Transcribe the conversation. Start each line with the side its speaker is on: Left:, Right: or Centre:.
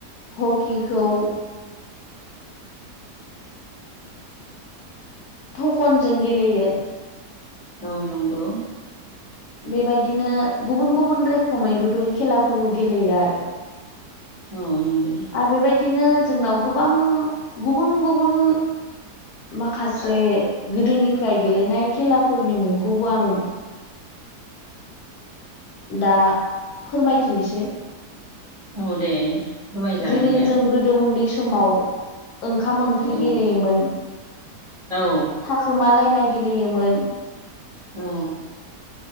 Left: हकिखौ थकनजों गेलेयो
Right: औ नंगौ
Left: बेबायदिनो गुबुन गुबुन रोखोमै बेफोर खेलाफोरखौ गेलेयो आरो
Right: औ नंगौ
Left: आरो बेबायदिनो जोंनाव गोबां गुबुन गुबुन माखासे गोदोनिफ्राय गेलेनाय खेलाफोरनि मुंखौबो आं दा फोरमायथिनोसै
Right: औ दे फोरमायजागोन
Left: जेरै
Right: दे आब'
Left: जों गोदो उन्दै समाव ओंखाम ओंख्रि
Right: औ
Left: गेलेयोमोन
Right: औ
Left: थाखोमालायनाय गेलेयोमोन
Right: औ